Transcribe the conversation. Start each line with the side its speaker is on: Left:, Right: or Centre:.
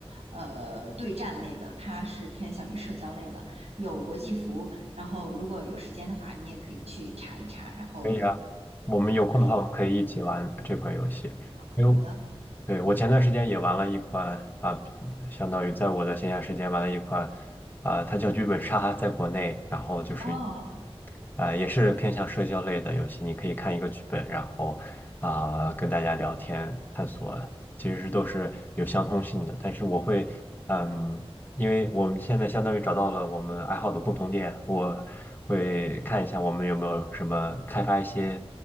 Right: 么呃对战类的，它是偏向于社交类的，有国际服，然后如果有时间的话，你也可以去查一查，然后有。
Left: 可以啊，我们有空的话，
Right: 的话可以。
Left: 我们可以一起玩这款游戏。因为，
Right: 好的，
Left: 对，我前段时间也玩了一款啊，相当于在我的闲暇时间玩了一款啊，它叫剧本杀，在国内，然后就是
Right: 哦，
Left: 啊，也是偏向社交类的游戏。你可以看一个剧本，然后啊，跟大家聊天探索，其实是都是有相通性的。但是我会，嗯，因为我们现在相当于找到了我们爱好的共同点，我会看一下我们有没有什么开发一些